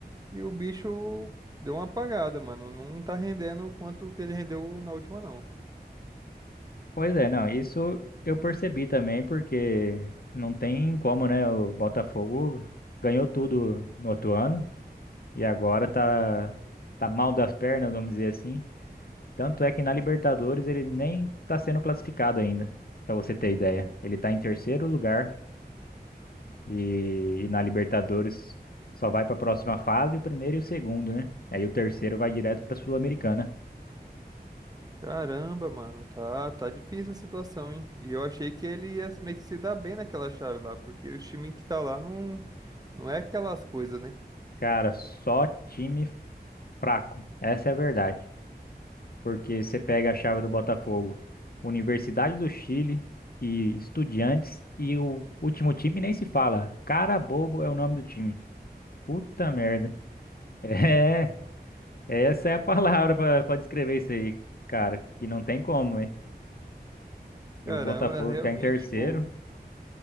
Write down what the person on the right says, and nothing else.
Que o bicho deu uma apagada, mano. Não tá rendendo o quanto que ele rendeu na última, não.
Caramba, mano, tá, tá difícil a situação, hein? E eu achei que ele ia meio que se dar bem naquela chave lá, porque o time que tá lá não, não é aquelas coisas, né?
Caramba,
realmente,
tipo,